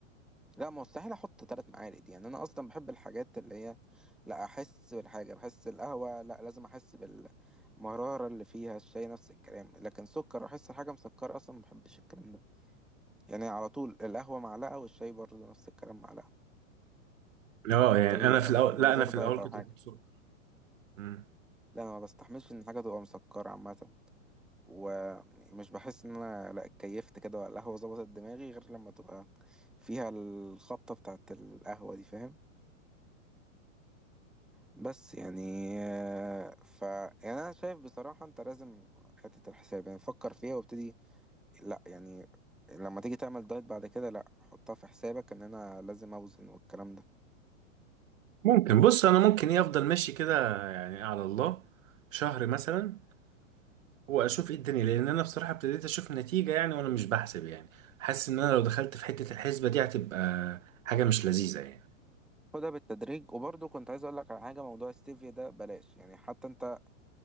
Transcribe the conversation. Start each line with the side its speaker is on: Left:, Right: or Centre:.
Centre: لا ما مستحيل احط تلات معالق يعني انا اصلا بحب الحاجات اللي هي لا احس بالحاجة بحس القهوة لا لازم احس بالمرارة اللي فيها الشاي نفس الكلام لكن سكر احس الحاجة مسكرة اصلا ما بحبش الكلام ده يعني على طول القهوة معلقة والشاي برضه نفس الكلام معلقة
Right: اه
Centre: ده الطبيعي
Right: يعني انا في
Centre: اصلا
Right: الاول
Centre: من
Right: لا
Centre: غير
Right: انا في
Centre: دايت
Right: الاول
Centre: او
Right: كنت
Centre: حاجة
Right: بحط سكر مم.
Centre: لا انا ما بستحملش ان حاجة تبقى مسكرة عامة ومش بحس ان انا لا اتكيفت كده ولا القهوه ظبطت دماغي غير لما تبقى فيها الخبطه بتاعت القهوه دي فاهم بس يعني آه، ف يعني انا شايف بصراحه انت لازم حته الحساب يعني فكر فيها وابتدي لا يعني لما تيجي تعمل دايت بعد كده لا حطها في حسابك ان انا لازم اوزن والكلام ده
Right: ممكن بص انا ممكن ايه افضل ماشي كده يعني على الله شهر مثلا واشوف ايه الدنيا لان انا بصراحه ابتديت اشوف نتيجه يعني وانا مش بحسب يعني حاسس ان انا لو دخلت في حته الحسبه دي هتبقى حاجه مش لذيذه يعني
Centre: خدها بالتدريج وبرضه كنت عايز اقول لك على حاجه موضوع ستيفيا ده بلاش يعني حتى انت